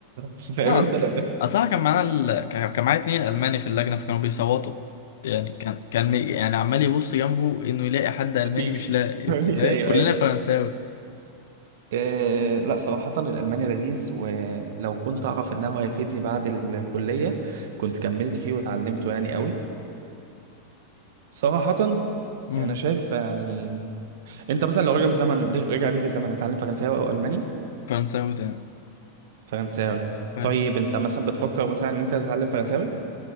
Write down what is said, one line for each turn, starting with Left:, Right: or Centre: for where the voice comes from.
Right: <laughs> فاهم
Left: لا
Right: انت
Left: اصل
Right: لو
Left: اصل انا كان معانا ال... كان كان معايا اتنين الماني في اللجنه فكانوا بيصوتوا يعني كان كان مي- يعني عمال يبص جنبه انه يلاقي حد
Right: <laughs>
Left: الماني
Right: مفيش
Left: مش لاقي
Right: مفيش
Left: انت فاهم
Right: ايوه
Left: كلنا
Right: ايوه
Left: فرنساوي
Right: إيه لا صراحة الألماني لذيذ ولو كنت أعرف إنه هيفيدني بعد الكلية كنت كملت فيه وتعلمته يعني قوي صراحة
Left: امم
Right: أنا شايف يعني أنت مثلا لو رجع بالزمن ليه- رجع بيك الزمن هتتعلم فرنساوي أو ألماني؟
Left: فرنساوي تاني
Right: فرنساوي
Left: طيب
Right: طيب أنت مثلا بتفكر مثلا إن أنت تتعلم فرنساوي؟